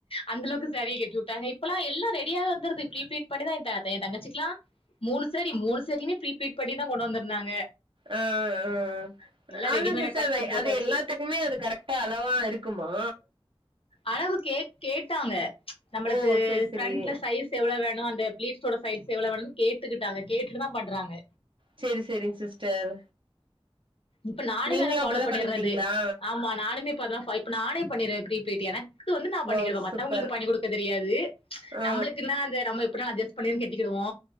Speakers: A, on the left; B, on the right.
A: அந்த அளவுக்கு ஸேரிய கட்டி விட்டாங்க இப்பல்லா எல்லா ரெடியாவே வந்துருது ஃப்ரீ பீளிட் பண்ணிதா <unintelligible> எ தங்கச்சிக்கலா மூணு ஸேரி மூன்னு ஸேரி மே ப்ரீ பிளிட் பண்ணிதா கொண்டு வந்திருந்தாங்க
B: ஆ ஆ
A: எல்லா
B: ஆனா
A: ரெடிமேடா
B: சிஸ்டர்
A: டக்குன்னு போட்டாச்சு
B: அது எல்லாத் த்துக்குமே அது கரெக்டா அளவா இருக்குமா
A: அளவு கே கேட்டாங்க ச் நம்மளுக்கு
B: ஓ செரி செரி
A: ஃப்ரண்ட்ல ஸைஸ் எவ்வள வேணு அந்த ப்ளிட்ஸோட சைஸ் எவ்ள வேணும்னு கேட்டுக்கிட்டாங்க கேட்டுட்டுதா பண்றாங்க
B: சேரி சேரிங்க சிஸ்டர்
A: இப்ப நானுமே
B: நீங்களு
A: அத ஃபாலோ
B: அப்டிதா
A: பண்ணிர்றது
B: பண்ணிக்கிட்டீங்களா
A: ஆமா நானுமே இப்ப அதா ஃபை நானே பண்ணிருவே ஃப்ரீ பிளிட் எனக் க்கு வந்து நா பண்ணிகிடுவே
B: வாவ்
A: மத்தவங்களுக்கு
B: சூப்பர்
A: பண்ணி குடுக்க தெரியாது ச்
B: ஆ
A: நம்மளுக்குன்னா அந்த நம்ம எப்டினாலு அஜஸ் பன்னீன்னு கெட்டிக்கிடுவோ